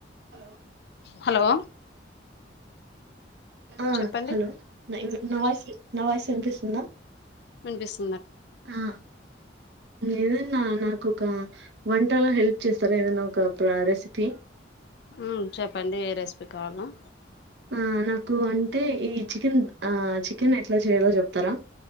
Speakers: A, on the right; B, on the left.
A: హలో
B: హలో
A: ఆ
B: చెప్పండి
A: హలో నవాస్ నవాయిస్ వినిపిస్ న్న
B: మణిపిస్
A: ఆ ఎదన్నా నాకొక వంటలో హెల్ప్ చేస్తారా ఏదైనా ఒక తా రెసిపి
B: మ్మ్ చెప్పండి ఏ రెస్ పి కాలం
A: ఆ నాకు అంటే ఈ చికెన్ ఆ చికెన్ ఎట్లా చేయాలో చెప్తారా